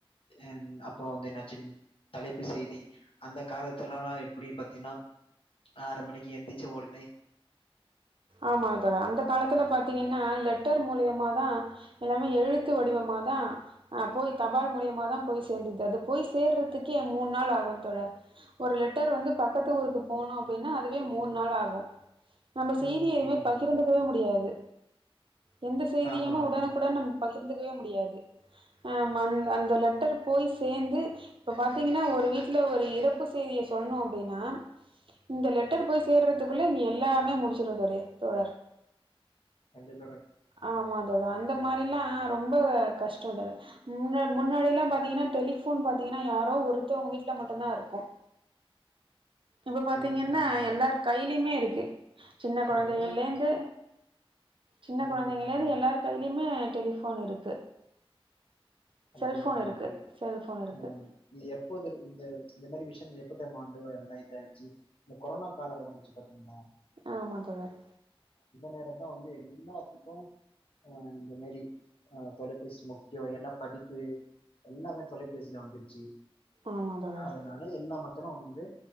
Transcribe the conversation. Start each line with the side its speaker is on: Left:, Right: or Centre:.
Left: என் அப்புற வந்து என்னாச்சிங் தலைப்பு செய்தி அந்த காலத்துலல்லா எப்டி பாத்தீனா ஆறு மணிக்கு எந்திச்சு ஒட
Right: ஆமா தொழ அந்த காலத்துல பாத் திங்கன்னா லெட்டர் மூலியமா தா எல்லாமே எழுத்து வடிவமா தா போய் தபால் மூலி த்தியமா தா போய் சேர்ந்துது அது போய் சே சேர்றதுக்கே மூணு நாள் ஆகு தோழர் ஒரு லெட்டர் வந்து பக்கத்து ஊருக்கு போனு அப்பன்னா அதுவே மூணு நாள் ஆகு நம்ம
Left: ம்.
Right: செய்தி எதுவுமே பகிர்ந்துக்கவே முடியாது எந்த செய்தியுமே
Left: ஆமா, ஆமா.
Right: உடனுக்குட நம்ம பகிர்ந்துக்கவே முடியாது ஆ அந்த லெட்டர் போய் சேந்து இப்ப பாத்தீங்கன்னா ஒரு வீட்ல ஒரு இறப்பு செய்திய சொல்ணு அப்டின்னா இந்த லெட்டர் போய் சேர்றதுக்குள்ள இங்க எல்லாமே முடிச்சிரு தடை தோழர்
Left: கண்டிப்
Right: ஆமா தோழ அந்த மாரிலா ரொம்ப கஷ்ட தோழ முன்னாடியல்லா பாத்தீங்கன்னா டெலிபோன் பாத்தீங்கன்னா யாரோ ஒருத்தவங் வீட்ல மட்டுந்தா இருக்கு இப்ப பாத்தீங்கன்னா
Left: ம்.
Right: எல்லார் கையிலயுமே இருக்கு சின்ன கொழந்தைகலேந்து
Left: எல்லாம்
Right: சின்ன
Left: ம்.
Right: கொழந்தைகலிந்து எல்லார் கையிலயுமே டெலிபோன் இருக்கு
Left: கண்டிப்பா
Right: செல்ஃபோன்
Left: கண்டிப்பா
Right: இருக்கு. செல்ஃபோன் இருக்கு.
Left: ம் இது எப்போ இந்த இந்த மாரி விஷய எப்ப தெரியுமா இத ஆச்சு இந்த கொரோனா கால வந்துச்சு பாத்தீங்கனா
Right: ஆமா தோழர்
Left: நேரம் வந்து எல்லாத்துக்கு இந்த மாரி தொலைபேசி முக்கியோ என்ன படிப்பு எல்லாமே தொலைபேசியில வந்துருச்சு
Right: ஆமா தோழர்.
Left: அதனால எல்லா மக் இத்தன வந்து